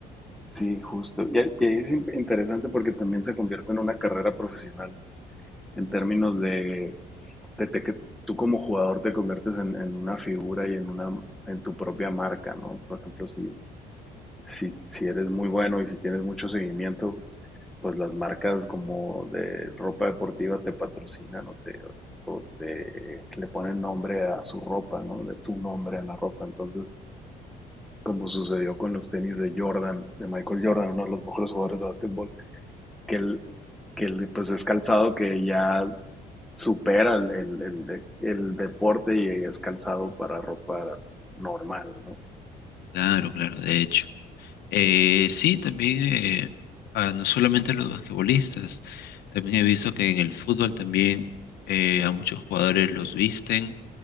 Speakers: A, in the centre; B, on the left.
A: Sí, justo. Y, y es interesante porque también se convierte en una carrera profesional en términos de desde que tú como jugador te conviertes en, en una figura y en una en tu propia marca, ¿no? Por ejemplo, si, si, si eres muy bueno y si tienes mucho seguimiento, pues las marcas como de ropa deportiva te patrocinan o te, o te le ponen nombre a su ropa, ¿no? De tu nombre a la ropa. Entonces, como sucedió con los tenis de Jordan, de Michael Jordan, uno de los mejores jugadores de básquetbol, que, el, que el, pues es calzado que ya supera el, el, el el deporte y es calzado para ropa normal, ¿no?
B: Claro, claro, de hecho. Eh, sí, también, eh, ah, no solamente los basquetbolistas, también he visto que en el fútbol también eh, a muchos jugadores los visten